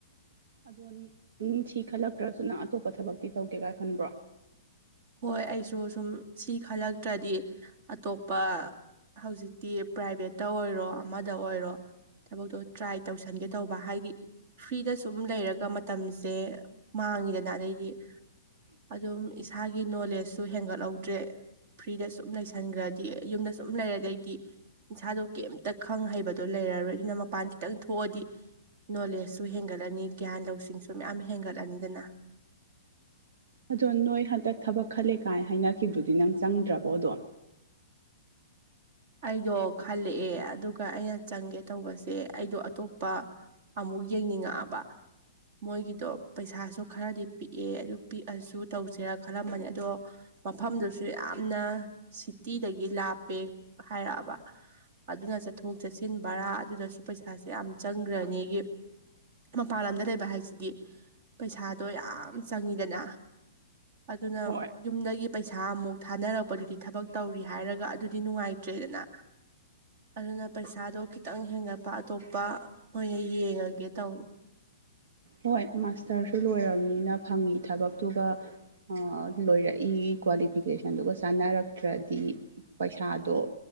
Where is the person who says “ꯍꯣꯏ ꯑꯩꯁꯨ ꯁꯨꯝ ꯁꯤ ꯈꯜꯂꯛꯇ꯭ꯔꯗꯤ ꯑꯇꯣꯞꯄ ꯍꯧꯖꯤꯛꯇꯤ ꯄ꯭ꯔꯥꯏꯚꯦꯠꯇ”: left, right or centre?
Right